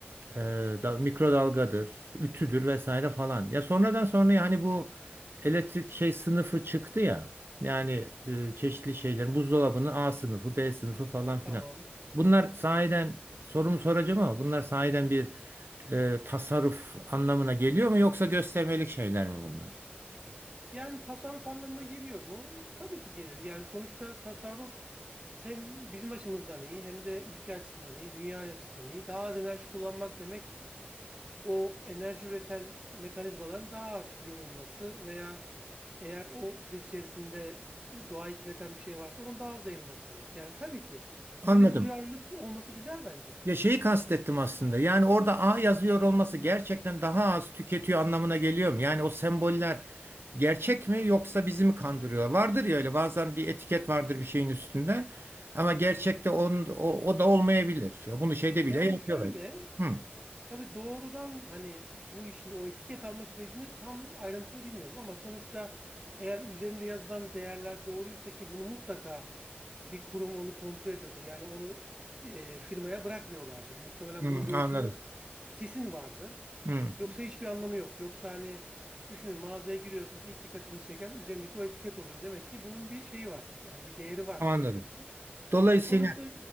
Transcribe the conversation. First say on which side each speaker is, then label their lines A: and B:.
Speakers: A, on the right; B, on the right.
A: e, da, mikrodalgadır, ütüdür vesaire falan. Ya sonradan sonra yani bu elektrik şey sınıfı çıktı ya. Yani e, çeşitli şeylerin buzdolabının A sınıfı, B sınıfı falan filan.
B: Tamam.
A: Bunlar sahiden sorumu soracağım ama bunlar sahiden bir e, tasarruf anlamına geliyor mu yoksa göstermelik şeyler mi bunlar?
B: Yani tasarruf anlamına geliyor mu? Tabii ki gelir. Yani sonuçta tasarruf hem bizim açımızdan iyi hem de ülke açısından iyi, dünya açısından iyi. Daha az enerji kullanmak demek o enerji üreten mekanizmaların daha az yorulması veya eğer o süreç içerisinde doğayı kirleten bir şey varsa onun daha az yayılması demek. Yani tabii ki
A: Anladım.
B: öyle bir duyarlılık olması güzel bence.
A: Ya şeyi kastettim aslında. Yani orada A yazıyor olması gerçekten daha az tüketiyor anlamına geliyor mu? Yani o semboller gerçek mi yoksa bizi mi kandırıyor? Vardır ya öyle bazen bir etiket vardır bir şeyin üstünde. Ama gerçekte onun, o, o da olmayabilir. Ya bunu şeyde bile
B: Yani
A: yapıyorlar.
B: şöyle
A: Hı,
B: Tabii doğrudan hani bu işin o etiket alma sürecini tam ayrıntılı bilmiyorum ama sonuçta eğer üzerinde yazılan değerler doğruysa ki bunu mutlaka bir kurum onu kontrol ediyordur. Yani onu e, firmaya bırakmıyorlardır. Muhtemelen
A: hı,
B: bunun bir ölçümü
A: anladım.
B: kesin vardır.
A: Hı,
B: Yoksa hiçbir anlamı yok. Yoksa hani düşünün mağazaya giriyorsunuz ilk dikkatinizi çeken üzerindeki o etiket oluyor. Demek ki bunun bir şeyi var. Yani bir değeri var
A: anladım.
B: o etiketin.
A: Dolayısıyla
B: Sonuçta